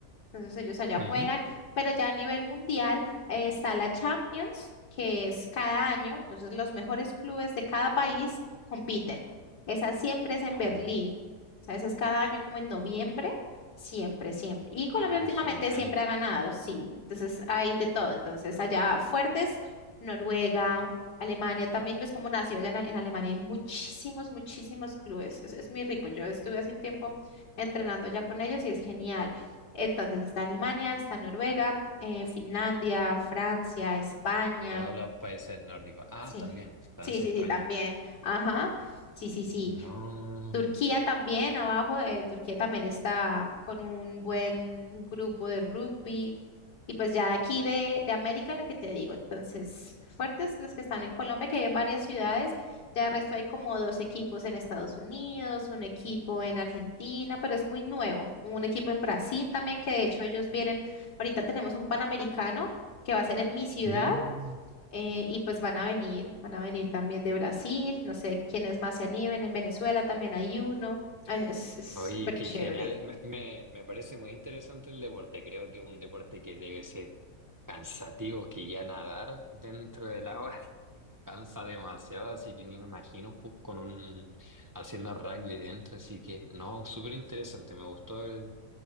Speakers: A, on the left; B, on the right.
A: entonces ellos allá
B: Ujú.
A: juegan, pero ya a nivel mundial, eh, está la Champions, que es cada año, entonces los mejores clubes de cada país compiten. Esa siempre es en
B: Ah,
A: Berlín, o sea, esa es cada año como en noviembre, siempre, siempre. Y Colombia
B: ah,
A: últimamente
B: genial.
A: siempre ha ganado, sí, entonces hay de todo, entonces allá fuertes. Noruega, Alemania también, ves cómo nació allá en, Ale- en Alemania, hay muchísimos, muchísimos clubes, es, es muy rico, yo estuve hace un tiempo entrenando ya con ellos y es genial. Entonces está Alemania, está Noruega, eh, Finlandia, Francia, España,
B: Todos los países nórdicos. Ah,
A: sí,
B: también, Francia,
A: sí, sí,
B: España.
A: sí, también, ajá, sí, sí, sí.
B: No.
A: Turquía también, abajo, eh, Turquía también está con un buen grupo de rugby. Y pues ya de aquí de, de América lo que te digo, entonces fuertes los que están en Colombia, que hay en varias ciudades, ya el resto hay como dos equipos en Estados Unidos, un equipo en Argentina, pero es muy nuevo, un equipo en Brasil también, que de hecho ellos vienen, ahorita tenemos un Panamericano que va a ser en mi ciudad
B: Mm.
A: eh, y pues van a venir, van a venir también de Brasil, no sé quiénes más se animen, en Venezuela también hay uno, es es- es
B: Oye,
A: súper
B: qué
A: chévere,
B: genial. Me, me- me parece muy interesante el deporte. Creo que un deporte que debe ser cansativo, que ya nadar dentro del agua <laughs> cansa demasiado, así que ni me imagino ju- con un haciendo rugby dentro. Así que no, súper interesante. Me gustó el,